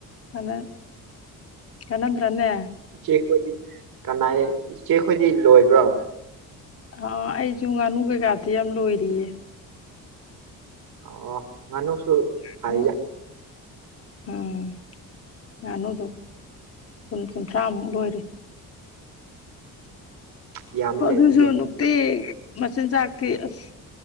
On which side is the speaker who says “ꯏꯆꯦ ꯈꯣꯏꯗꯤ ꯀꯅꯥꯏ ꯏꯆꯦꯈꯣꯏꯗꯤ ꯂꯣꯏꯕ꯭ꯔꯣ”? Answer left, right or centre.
Right